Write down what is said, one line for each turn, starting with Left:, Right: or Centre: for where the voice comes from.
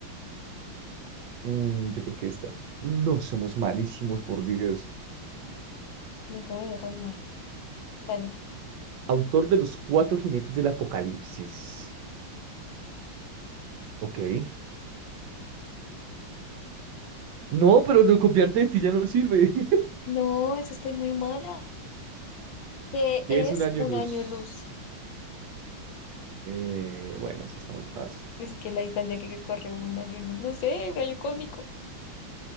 Right: Mm, yo creo que esta. No somos malísimos, por Dios.
Left: Nunca me veo tan mal. Dale.
Right: Autor de Los Cuatro Jinetes del Apocalipsis. Ok. No, pero lo copiarte de ti ya no sirve. <laughs>
Left: No, es que estoy muy mala. ¿Qué
Right: ¿Qué
Left: es
Right: es un año
Left: un
Right: luz?
Left: año luz?
Right: Eh, bueno, eso está muy fácil.
Left: Es que la distancia que corre un año, en no sé, un año cósmico.